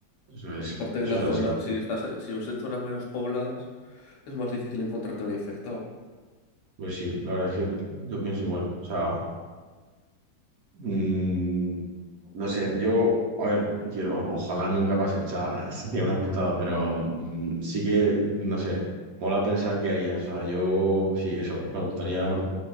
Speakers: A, on the right; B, on the left.
A: Eso es,
B: Aparte
A: eso
B: de la
A: es así.
B: zona, si estás en, si estás en zonas menos pobladas, es más difícil encontrarte un infectado.
A: Pues sí, la verdad es que yo pienso igual. O sea, mm, no sé, yo, a ver, quiero, ojalá nunca pase, o sea, <laughs> sería una putada, pero mm, sí que, no sé, mola pensar qué haría. O sea, yo, sí, eso, me gustaría,